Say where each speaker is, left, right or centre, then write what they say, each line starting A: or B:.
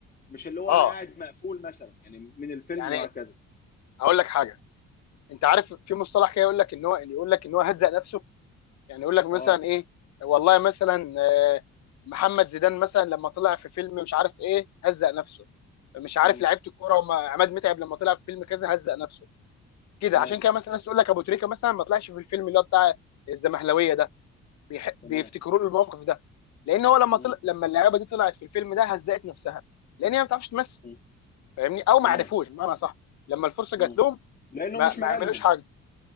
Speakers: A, on the left; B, on the left.
A: مش اللي هو
B: اه
A: انا قاعد مقفول مثلا يعني من الفيلم
B: يعني
A: وهكذا
B: هقول لك حاجه انت عارف في مصطلح كده يقول لك ان هو يقول لك ان هو هزق نفسه يعني يقول لك مثلا
A: اه
B: ايه والله مثلا آه، محمد زيدان مثلا لما طلع في فيلم مش عارف ايه هزق نفسه مش عارف
A: مم.
B: لعيبه الكوره وما عماد متعب لما طلع في فيلم كذا هزق نفسه كده
A: تمام
B: عشان كده مثلا الناس تقول لك ابو تريكه مثلا ما طلعش في الفيلم اللي هو بتاع الزمهلاويه ده بيح...
A: تمام
B: بيفتكروا له الموقف ده لان هو لما
A: مم.
B: طلع لما اللعيبه دي طلعت في الفيلم ده هزقت نفسها لان هي ما بتعرفش تمثل
A: مم.
B: فاهمني او ما
A: تمام
B: عرفوش بمعنى صح لما الفرصه جات
A: مم.
B: لهم
A: لانه
B: ما,
A: مش
B: ما
A: مجالهم
B: عملوش حاجه